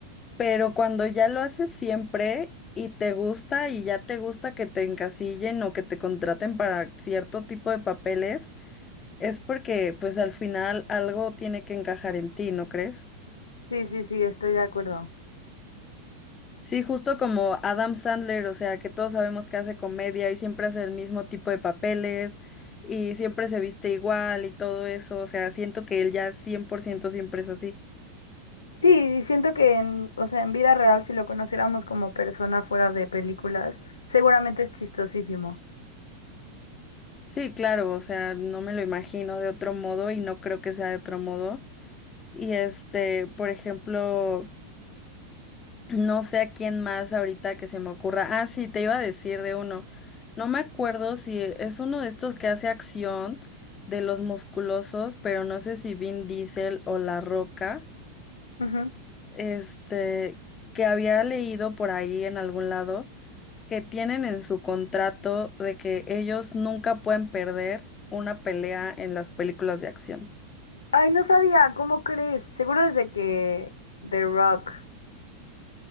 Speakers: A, on the left; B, on the left.
A: Pero cuando ya lo haces siempre y te gusta y ya te gusta que te encasillen o que te contraten para cierto tipo de papeles, es porque pues al final algo tiene que encajar en ti, ¿no crees?
B: Sí, sí, sí, estoy de acuerdo.
A: Sí, justo como Adam Sandler, o sea, que todos sabemos que hace comedia y siempre hace el mismo tipo de papeles y siempre se viste igual y todo eso, o sea, siento que él ya 100% siempre es así.
B: Sí, y siento que en, o sea, en vida real, si lo conociéramos como persona fuera de películas, seguramente es chistosísimo.
A: Sí, claro, o sea, no me lo imagino de otro modo y no creo que sea de otro modo. Y este, por ejemplo, no sé a quién más ahorita que se me ocurra. Ah, sí, te iba a decir de uno. No me acuerdo si es uno de estos que hace acción de los musculosos, pero no sé si Vin Diesel o La Roca,
B: Ujú.
A: este, que había leído por ahí en algún lado que tienen en su contrato de que ellos nunca pueden perder una pelea en las películas de acción.
B: Ay, no sabía, ¿cómo crees? Seguro desde que The Rock.